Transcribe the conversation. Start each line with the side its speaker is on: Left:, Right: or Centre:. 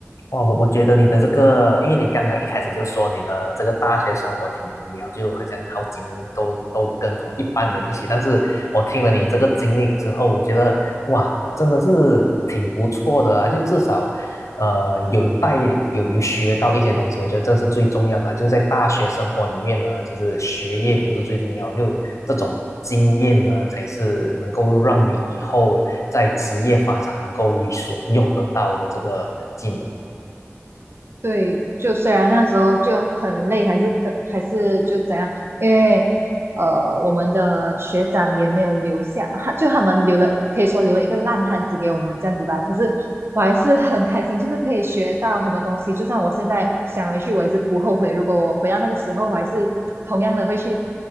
Left: 哇，我我觉得你的这个，因为你刚刚一开始就说你的这个大学生活挺无聊，就好像好几年都都跟同一班人一起。但是我听了你这个经历之后，我觉得哇，真的是挺不错的啊！就至少，呃，有带有有学到一些东西，我觉得这是最重要的啊就是在大学生活里面呢，其实学业不是最重要，就这种经验呢，才是能够让你以后在职业发展能够有所用得到的这个技能。
Right: 对，就虽然那时候就很累，还是可还是就怎样，因为呃，我们的学长也没有留下，他就他们留了，可以说留了一个烂摊子给我们这样子吧。可是我还是很开心，就是可以学到很多东西。就算我现在想回去，我也是不后悔。如果我回到那个时候，我还是同样的会去，